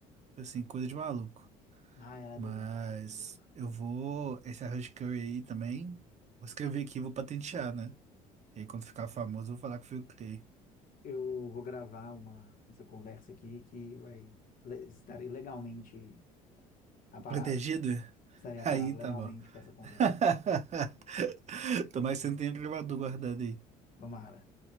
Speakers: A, on the right; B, on the left.
A: Assim, coisa de maluco.
B: Ah, ela é
A: Mas
B: boa. Ela é boa.
A: eu vou. Esse arroz de curry aí também. Vou escrever aqui e vou patentear, né? E aí, quando ficar famoso, eu vou falar que fui eu que criei.
B: Eu vou gravar uma, essa conversa aqui que vai. le- Estarei legalmente aparado.
A: Protegido? <laughs>
B: Estarei aparado
A: Aí tá
B: legalmente
A: bom.
B: com essa conversa.
A: <laughs> Tomara que você não tenha gravador guardado aí.
B: Tomara.